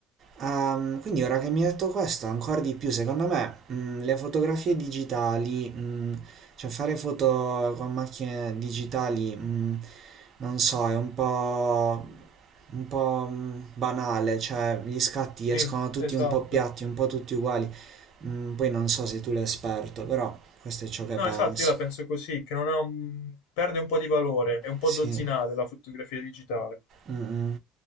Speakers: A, on the right; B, on the left.
A: Ehm, quindi ora che mi hai detto questo, ancora di più, secondo me, mh, le fotografie digitali, mh, cioè fare foto con macchine digitali, mh, non so, è un po', un po', mh, banale, cioè gli scatti
B: sì,
A: escono tutti
B: esatto.
A: un po' piatti, un po' tutti uguali. Mm, poi non so se tu l'hai esperto, però questo è ciò che
B: No,
A: penso.
B: esatto, io la penso così, che non ha un- perde un po' di valore, è un po'
A: Sì.
B: dozzinale la fotografia digitale,
A: Mm, mm.